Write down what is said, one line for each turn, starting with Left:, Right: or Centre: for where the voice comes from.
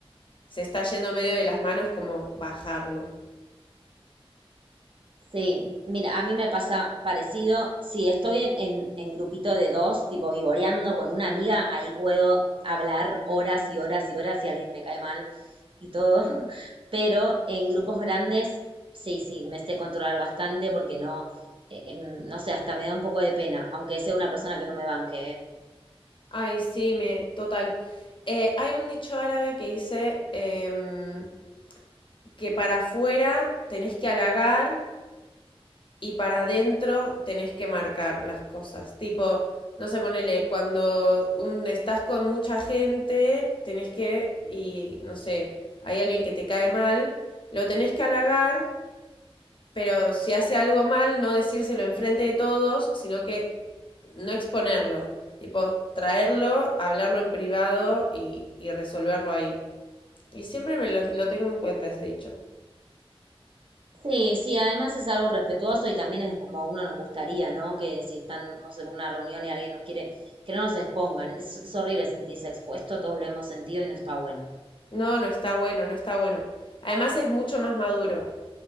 Left: se está yendo medio de las manos, como bajarlo.
Right: Sí, mira, a mí me pasa parecido. Si estoy en, en, en grupito de dos, tipo vivoreando con una amiga, ahí puedo hablar horas y horas y horas si alguien me cae mal y todo. <laughs> Pero en grupos grandes, sí, sí, me sé controlar bastante porque no, eh, em, no sé, hasta me da un poco de pena, aunque sea una persona que no me banque, ¿eh?
Left: Ay, sí, me, total. Eh, hay un dicho árabe que dice em, que para afuera tenés que halagar y para adentro tenés que marcar las cosas. Tipo, no sé, ponele, cuando un- estás con mucha gente, tenés que, y no sé, hay alguien que te cae mal, lo tenés que halagar, pero si hace algo mal, no decírselo enfrente de todos, sino que no exponerlo. Tipo, traerlo, hablarlo en privado y, y resolverlo ahí. Y siempre me lo, lo tengo en cuenta ese dicho.
Right: Sí, sí, además es algo respetuoso y también es como a uno nos gustaría, ¿no? Que si estamos en una reunión y alguien nos quiere, que no nos expongan. Es, es horrible sentirse expuesto, todos lo hemos sentido y no está bueno.
Left: No, no está bueno, no está bueno. Además es mucho más maduro.